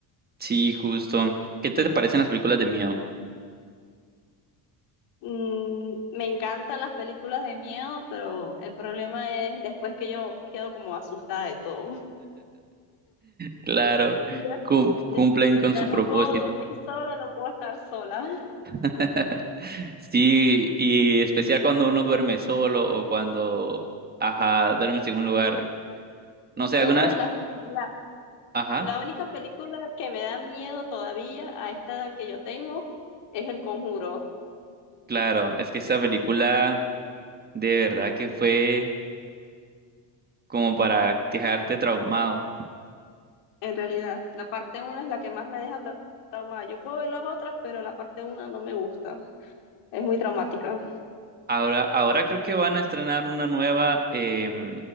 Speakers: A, on the right (about 20°); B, on the left (about 65°).
A: Sí, justo. ¿Qué te parecen las películas de miedo?
B: Mm, me encantan las películas de miedo, pero el problema es después que yo quedo como asustada de todo.
A: Claro,
B: Ya,
A: cum-
B: ya
A: cumplen con
B: ya
A: su
B: no
A: propósito.
B: puedo dormir sola, no puedo estar sola. <laughs>
A: <laughs> Sí, y especial cuando uno duerme solo o cuando, ajá, duermes en un lugar, no sé,
B: Una
A: alguna vez,
B: de las, la,
A: ajá,
B: la única película que me da miedo todavía a esta edad que yo tengo es El Conjuro,
A: claro, es que esa película de verdad que fue como para dejarte traumado.
B: en realidad. La parte una es la que más me deja tra- traumada. Yo puedo ver las otras, pero la parte una no me gusta. Es muy traumática.
A: Ahora, ahora creo que van a estrenar una nueva em,